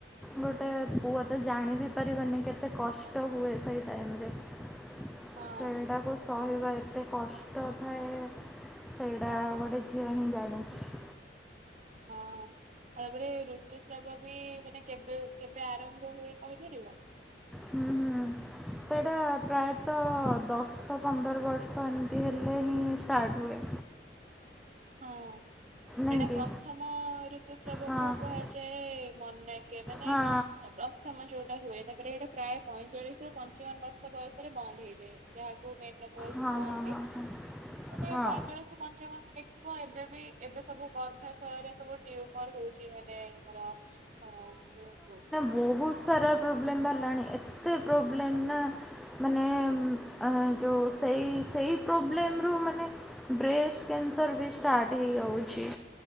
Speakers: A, in the centre; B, on the right.
A: ଗୋଟେ ପୁଅ ତ ଜାଣି ବି ପାରିବନି କେତେ କଷ୍ଟ ହୁଏ ସେଇ ଟାଇମରେ।
B: ହଁ
A: ସେଇଟାକୁ ସେ ସହିବା ଏତେ କଷ୍ଟ ଥାଏ ସେଇଟା ଗୋଟେ ଝିଅ ହିଁ ଜାଣିଛି।
B: ହଁ। ତାପରେ ଋତୁସ୍ରାବ ବି ମାନେ କେବେ କେବେ ଆରମ୍ଭ ହୁଏ କହିପାରିବ।
A: ହୁଁ ହୁଁ ସେଇଟା ପ୍ରାୟତଃ ଦଶ ପନ୍ଦର ବର୍ଷ ଏମିତି ହେଲେ ହିଁ ଷ୍ଟାର୍ଟ ହୁଏ।
B: ହଁ
A: ନାଇଁ
B: ଏଇଟା
A: କି
B: ପ୍ରଥମ ଋତୁସ୍ରାବକୁ
A: ହଁ
B: କୁହାଯାଏ ମନା କେ ମାନେ
A: ହଁ
B: ଏ ପ୍ର ଥମ ଯୋଉଟା ହୁଏ ତାପରେ ହେଟା ପ୍ରାୟ ପଇଁଚାଳିଶିରୁ ପଞ୍ଚାବନ ବର୍ଷ ବୟସରେ ବନ୍ଦ ହେଇଯାଏ। ଯାହାକୁ ମେନ ପସ୍
A: ହଁ
B: କୁହନ୍ତି
A: ହଁ ହଁ ହଁ
B: ମାନେ
A: ହଁ।
B: ପଇଁଚାଳିଶ୍ ରୁ ପଞ୍ଚାବନ ଦେଖିବ ଏବେ ବି ଏବେ ସବୁ ଗର୍ଭାଶୟରେ ସବୁ ଟ୍ୟୁମର୍ ହଉଚି ଏ ଦେଙ୍କର ହଁ ଯୋଉ
A: ବୋହୁତ ସାରା ପ୍ରୋବ୍ଲେମ୍ ବାହାରିଲାଣି ଏତେ ପ୍ରୋବ୍ଲେମ୍ ନାଁ ମାନେ ଅ ଯୋଉ ସେଇ ସେଇ ପ୍ରୋବ୍ଲେମ୍ ରୁୁ ମାନେ ବ୍ରେଷ୍ଟ୍ କ୍ୟାନସର୍ ବି ଷ୍ଟାର୍ଟ ହେଇଆଉଛି।